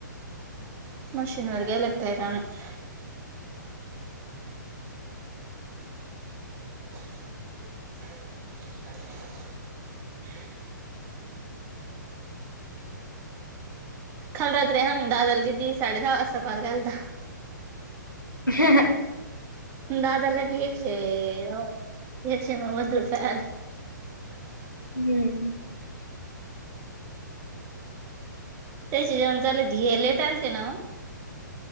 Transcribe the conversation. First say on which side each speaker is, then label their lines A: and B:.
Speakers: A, on the right; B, on the left.
A: मशीन वर गेल्यात काय काम हाय? <unintelligible> काल रात्री हां दादाला किती? साडे दहा वाजता कॉल केलता.
B: ह <inaudible>
A: दादाला बि एकशे अ नव्वद एकशे नव्वद. पयार <unintelligible>
B: हुम.
A: त्याच्या जन्म झाला कि, हे लेट आलते ना वो.